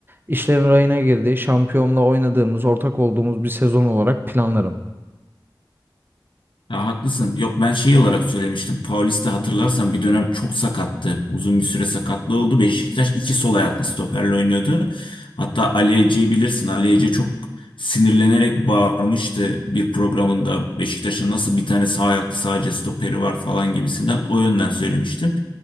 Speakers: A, on the right; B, on the left.
A: işlerin rayına girdiği şampiyonla oynadığımız ortak olduğumuz bir sezon olarak planlarım.
B: Ya haklısın. Yok ben şey olarak söylemiştim. Paulista hatırlarsan bir dönem çok sakattı. Uzun bir süre sakatlığı oldu. Beşiktaş iki sol ayaklı stoperle oynuyordu. Hatta Ali Ece'yi bilirsin. Ali Ece çok sinirlenerek bağırmıştı bir programında. Beşiktaş'ın nasıl bir tane sağ ayaklı sadece stoperi var falan gibisinden. O yönden söylemiştim.